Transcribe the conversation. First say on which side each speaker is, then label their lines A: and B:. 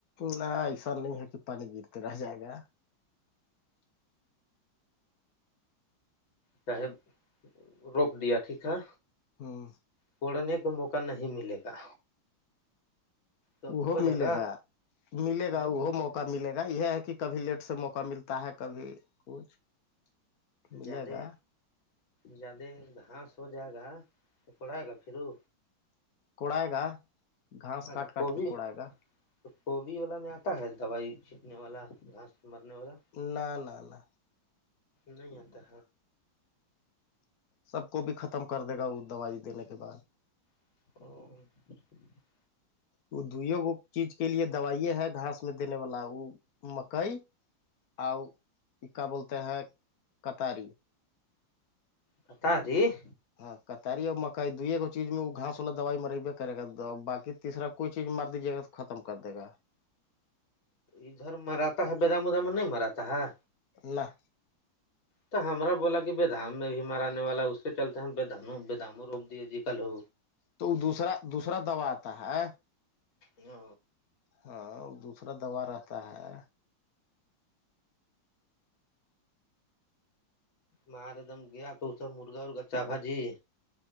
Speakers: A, on the left (about 50°); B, on the left (about 65°).
A: نہ ایسا نہیں ہے کہ پانی گرتے رہ جائے گا
B: چاہے روپ دیا ٹھیک ہے
A: ہاں
B: پڑھنے کا موقع نہیں ملے گا تو
A: وہ
B: ہو جائے
A: ملے گا ملے
B: ہ
A: گا وہ موقع موقع ملے گا یہ ہے کہ کبھی لیٹ سے موقع ملتا ہے کبھی کچھ ملے
B: زیادہ
A: گا
B: زیادہ گھاس ہو جائے گا توکڑائے گا پھرو
A: کونائے گا گھاس
B: اچھا
A: کاٹ کاٹ
B: گبھی
A: کے کوڑائے گا
B: تو کوبھی والا میں آتا ہے دوائی چھینکنے والا گھاس مرنے والا
A: نہ نہ نہ
B: نہیں آتا
A: سب کو بھی ختم کر دے گا وہ دوائی دینے کے بعد
B: او
A: وہ دوئی گ چیز کے لیے دوائیے ہے گھاس میں دینے والا وہ مکئی آؤ ا کا بولتے ہیں کطاری
B: بتاادی
A: ہاں کتاری اور مکئی دو گو چیز میں گاس والا دوائی م میںر کرے گا تو بایسرا کوئی چیز مر دیجیے گا تو ختم کر دے گا
B: ادھر مراتا ہے بیدام ادام میں نہیں مراتا ہے
A: اللہ
B: تو ہمارا بولا کہ بے دام میں بھی مراننے والا اس کے چلتے ہم ب داموں روپ دیے ج کل ہو
A: تو وہ دوسرا دوسرا دوبا آتا ہے
B: ا
A: ہاں دوسرا دوا رہتا ہے
B: ماںار ایک دم گیا تو سب مرغا ارغا چا باجی